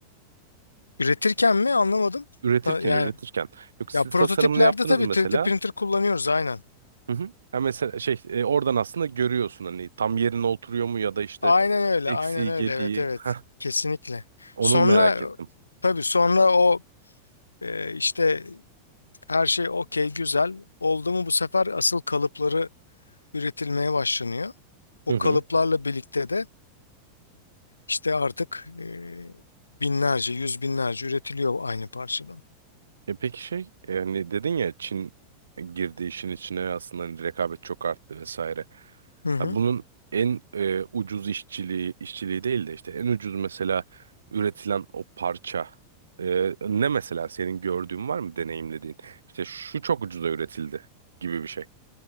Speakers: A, on the left (about 80°); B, on the right (about 70°).
A: Üretirken mi anlamadım.
B: Üretirken
A: Ta- Yani
B: üretirken. Yok siz
A: Ya prototiplerde
B: tasarımını yaptınız
A: tabii
B: mı
A: 3D
B: mesela.
A: printer kullanıyoruz aynen.
B: Hı hı. Ha mesela şey e, oradan aslında görüyorsun hani tam yerine oturuyor mu ya da işte
A: Aynen öyle,
B: eksiği
A: aynen öyle.
B: gediği.
A: Evet evet.
B: Heh,
A: Kesinlikle.
B: onu
A: Sonra
B: merak ettim.
A: tabii sonra o e, işte her şey okey güzel oldu mu bu sefer asıl kalıpları üretilmeye başlanıyor. O
B: Hı hı.
A: kalıplarla birlikte de işte artık e, binlerce, yüz binlerce üretiliyor aynı parçadan.
B: E peki şey yani dedin ya Çin girdi işin içine aslında hani rekabet çok arttı vesaire.
A: Hı hı.
B: Ha, bunun en e, ucuz işçiliği işçiliği değil de işte en ucuz mesela üretilen o parça e, ne mesela senin gördüğün var mı deneyimlediğin? İşte şu çok ucuza üretildi gibi bir şey.